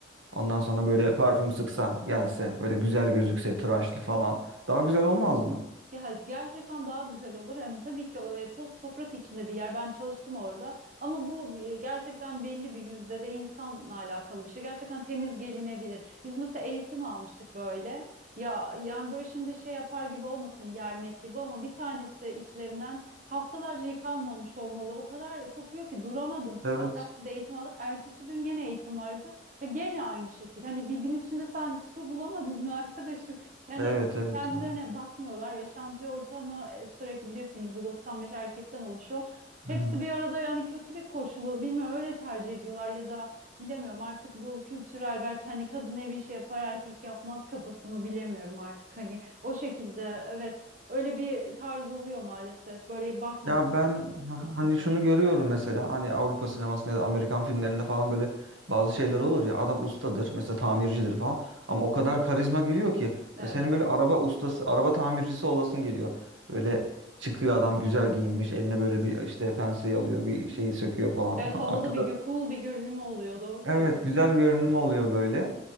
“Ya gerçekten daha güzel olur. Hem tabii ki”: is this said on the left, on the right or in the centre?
Right